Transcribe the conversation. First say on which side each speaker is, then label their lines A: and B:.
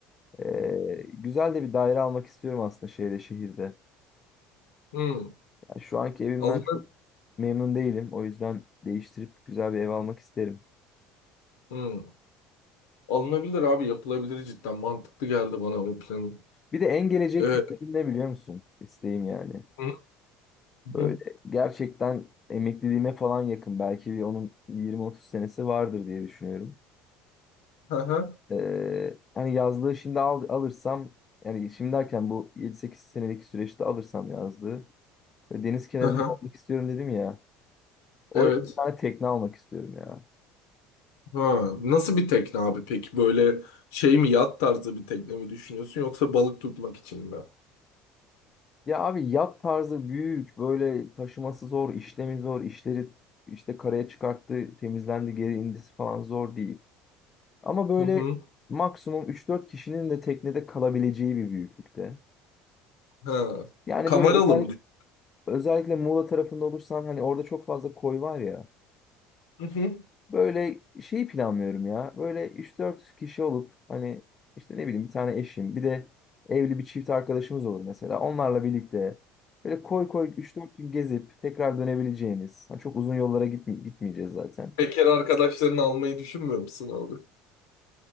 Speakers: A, on the left; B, on the left.
A: e, güzel de bir daire almak istiyorum aslında şeyde şehirde.
B: Hı.
A: Ya şu anki evimden
B: Alına-
A: çok memnun değilim. O yüzden değiştirip güzel bir ev almak isterim.
B: Hı. Alınabilir abi yapılabilir cidden mantıklı geldi bana bu planın.
A: Bir de en gelecek
B: Ee,
A: hedefim ne biliyor musun? İsteğim yani.
B: hı.
A: Böyle
B: Hı.
A: gerçekten emekliliğime falan yakın. Belki bir onun yirmi otuz senesi vardır diye düşünüyorum.
B: Hı hı.
A: Ee, hani yazlığı şimdi al, alırsam yani şimdi derken bu yedi sekiz senelik süreçte alırsam yazlığı ve deniz kenarında
B: Hı hı.
A: olmak istiyorum dedim ya. Oraya
B: Evet.
A: bir tane tekne almak istiyorum ya.
B: Ha. Nasıl bir tekne abi peki? Böyle şey mi yat tarzı bir tekne mi düşünüyorsun yoksa balık tutmak için mi?
A: Ya abi yat tarzı büyük böyle taşıması zor, işlemi zor, işleri işte karaya çıkarttı, temizlendi, geri indisi falan zor değil. Ama böyle
B: Hı hı.
A: maksimum üç dört kişinin de teknede kalabileceği bir büyüklükte.
B: Ha.
A: Yani
B: Kameralı
A: böyle özel,
B: mı? düşün-
A: özellikle Muğla tarafında olursan hani orada çok fazla koy var ya.
B: Hı hı.
A: Böyle şeyi planlıyorum ya. Böyle üç dört kişi olup hani işte ne bileyim bir tane eşim bir de evli bir çift arkadaşımız olur mesela. Onlarla birlikte böyle koy koy üç dört gün gezip tekrar dönebileceğimiz. Hani çok uzun yollara gitme gitmeyeceğiz zaten.
B: Bekar arkadaşlarını almayı düşünmüyor musun abi?